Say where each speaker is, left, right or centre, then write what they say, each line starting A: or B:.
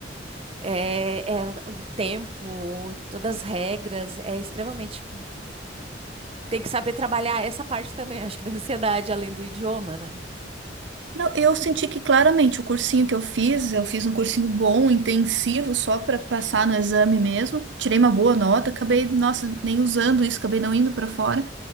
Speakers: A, on the right; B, on the right.
A: É, é o tempo, todas as regras, é extremamente. Tem que saber trabalhar essa parte também, <laughs> acho que da ansiedade, além do idioma, né?
B: Não, eu senti que claramente o cursinho que eu fiz, eu fiz um cursinho bom, intensivo, só para passar no exame mesmo. Tirei uma boa nota, acabei, nossa, nem usando isso, acabei não indo para fora,